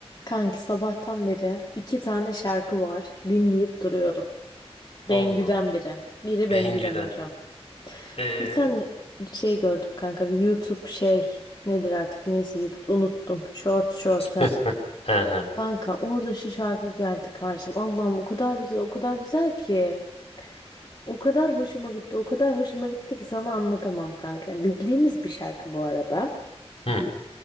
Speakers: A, on the left; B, on the left.
A: Kanki sabahtan beri iki tane şarkı var. Dinleyip duruyorum.
B: Allah
A: Bengü'den
B: Allah.
A: biri. Biri
B: Bengü'den.
A: Bengü'den hocam.
B: Ee?
A: Bir tane şey gördüm kanka. YouTube şey nedir artık neyse YouTube unuttum. Short short
B: <laughs>
A: ha.
B: He he.
A: Kanka orada şu şarkı geldi karşıma. Allah'ım o kadar güzel o kadar güzel ki. O kadar hoşuma gitti o kadar hoşuma gitti ki sana anlatamam kanka. Yani bildiğimiz bir şarkı bu arada.
B: Hı.